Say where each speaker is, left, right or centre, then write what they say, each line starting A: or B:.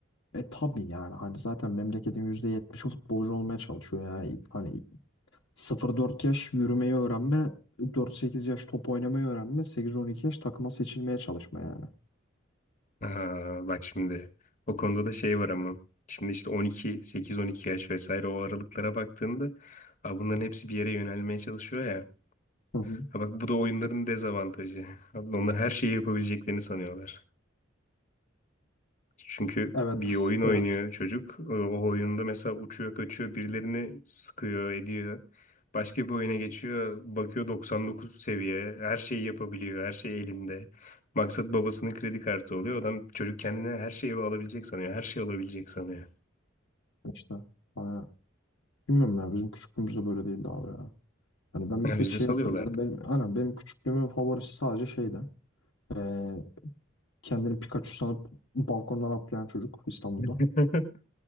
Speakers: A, on the left; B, on the left.
A: e tabii yani hani zaten memleketin %70'i futbolcu olmaya çalışıyor yani. Hani sıfır dört yaş yürümeyi öğrenme, dört sekiz yaş top oynamayı öğrenme, sekiz on iki yaş takıma seçilmeye çalışma yani.
B: Aha, bak şimdi o konuda da şey var ama. Şimdi işte 12, 8-12 yaş vesaire o aralıklara baktığında Aa, bunların hepsi bir yere yönelmeye çalışıyor ya.
A: Hı hı.
B: Ha bak bu da oyunların dezavantajı. Abi onlar her şeyi yapabileceklerini sanıyorlar. Çünkü
A: Evet,
B: bir oyun oynuyor
A: evet.
B: çocuk. O o oyunda mesela uçuyor, kaçıyor, birilerini sıkıyor, ediyor. Başka bir oyuna geçiyor, bakıyor 99 seviye. Her şeyi yapabiliyor, her şey elinde. Maksat babasının kredi kartı oluyor. Adam çocuk kendine her şeyi alabilecek sanıyor, her şey olabilecek sanıyor.
A: İşte. Hani Bilmiyorum ya bizim küçüklüğümüzde böyle değildi abi ya. Hani ben
B: <laughs>
A: bir tek
B: Biz
A: şey
B: de salıyorlardı.
A: hatırlıyorum. Benim, aynen benim küçüklüğümün favorisi sadece şeydi. Ee, kendini Pikachu sanıp balkondan atlayan çocuk İstanbul'da.
B: <laughs>